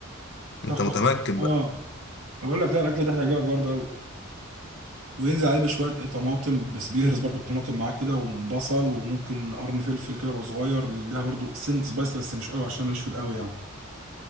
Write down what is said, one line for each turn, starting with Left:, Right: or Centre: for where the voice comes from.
Right: تخ
Left: انت
Right: تخ
Left: متمكن
Right: تخ اه
Left: بقى
Right: بقول لك لا الاكل ده هيعجبك برضه قوي. وينزل عليه بشويه ايه طماطم بس بيهرس برضو الطماطم معاه كده وبصل وممكن قرن فلفل كده يبقى صغير يديها برضو سنة سبايس بس مش قوي عشان ماليش في القوي يعني